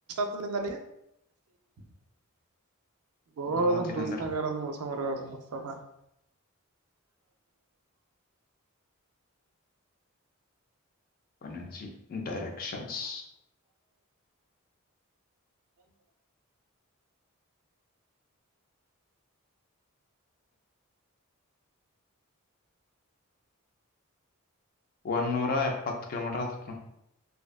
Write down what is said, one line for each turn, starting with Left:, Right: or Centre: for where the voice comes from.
Right: ಬಹ ದುಕಾರ
Left: ನೋಡತೀನಿ ಅಂದ್ರ
Right: ಕಮರಗಸ್
Left: ಒನಜಿ ಡೈರೆಕ್ಷನ್ಸ್
Right: ಏನ್
Left: ಒಂದ್ ನೂರ ಎಪ್ಪತ್ತು ಕಿಲೋಮೀಟರ್ ಹತ್ನು